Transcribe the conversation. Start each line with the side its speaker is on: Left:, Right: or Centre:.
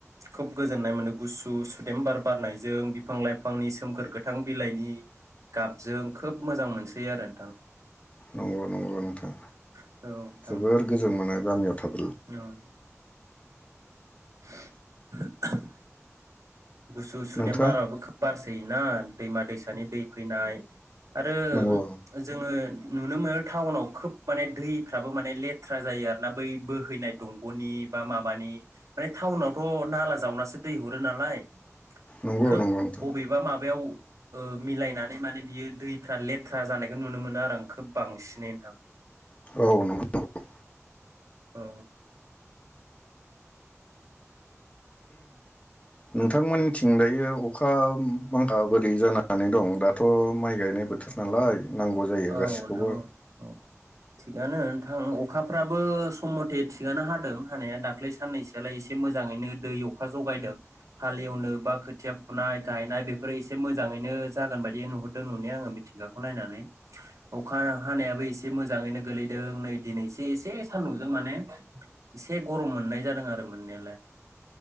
Right: खोब गोजोननाय मोनो गुसु सुदेम बार बारनायजों बिफां लाइफांनि सोमखोर गोथां बिलाइनि गाबजों खोब मोजां मोनसै आरो नोंथां।
Left: नंगौ नंगौ नोंथां
Right: औ नोंथां
Left: जोबोर गोजोन मोनो गामियाव थाब।
Right: औ <inaudible> <inaudible> गुसु सुदेम
Left: नोंथाङा
Right: बाराबो खोब बारसोयोना। दैमा दैसानि दै फैनाय। आरो
Left: नंगौ
Right: जोङो। नुनो मोनो टाउनाव खोब माने दैफ्राबो माने लेथ्रा जायो आरो ना बै बोहैनाय दंगनि बा माबानि माने टाउनावथ नाला जावनासो दै हरो नालाय
Left: नंगौ
Right: खोब
Left: नंगौ नोंथां
Right: बबेबा माबायाव। ओ मिलायनानै माने बियो दैफ्रा लेथ्रा जानायखौ नुनो मोनो आरो आं खोब बांसिनै नोंथां।
Left: औ नंगौ नंगौ।
Right: औ।
Left: नोंथांमोन। थिं दायो अखा बांखा बोरै जानानै दं दाथ माइ गायनाय बोथोर नालाय। नांगौ जायो
Right: औ
Left: गासिखौबो।
Right: नोंथां औ औ थिगानो नोंथां अखाफ्राबो सम मथे थिगानो हादों हानाया दाख्लै साननैसो आलाय एसे मोजाङैनो दै अखा जगायदों। हालेवनो बा खोथिया फुनाय। गायनाय बेफोरो एसे मोजाङैनो जागोन बायदि नुहरदों नुनाया आङो मिथिंगाखौ नायनानै। अखा हानायाबो एसे मोजाङैनो गोलैदों नै दिनैसे एसे सान्दुंजों माने एसे गरम मोननाय जादों आरो मोननायालाय।